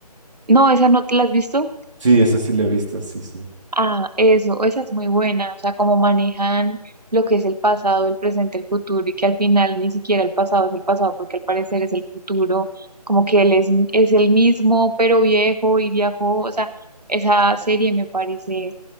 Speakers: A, on the right; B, on the right.
A: No, esa no te la has visto.
B: Sí, esa sí la he visto, sí, sí.
A: Ah, eso, esa es muy buena. O sea, cómo manejan lo que es el pasado, el presente, el futuro, y que al final ni siquiera el pasado es el pasado, porque al parecer es el futuro, como que él es, es el mismo, pero viejo y viajó. O sea, esa serie me parece